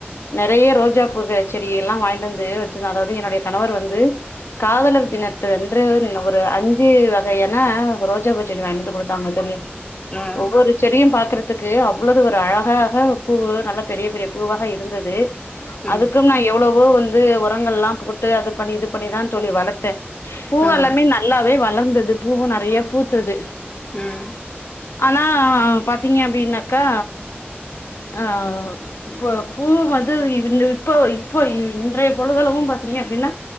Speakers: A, on the left; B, on the left.
A: நிறைய ரோஜா பூ செடிலாம் வாய்ண்டு வந்து வச்சிருந்தேன் அதாவது என்னுடைய கணவர் வந்து காதலர் தின வென்று ஒரு அஞ்சு ஏன்னா ரோஜ சரி வாய்ந்து கொடுப்பாங்க தோழி
B: ம்
A: ஒவ்வொரு செடியும் பாக்குறது த்துக்கு அவ்வளது ஒரு அழகாக பூவு நல்ல பெரிய பெரிய பூவாக இருந்தது
B: ம்
A: அதுக்கும் நான் எவ்வளவோ வந்து வந்து உரங்கள்லாம் போட்டு அது பண்ணி இது பண்ணிதான் தோழி வளர்த்தேன் பூ
B: ம்
A: எல்லாமே நல்லாவே வ வளர்ந்தது பூவும் நிறைய பூத்து து
B: உஹம்
A: ஆனா பாத்தீங்க அப்படின்னாக்கா ஆஹ் இப்போ பூ வந்து இப்போ இப்போ இன்றைய பொழுதுலவும் பாாரத்தீங்க அப்படின்னா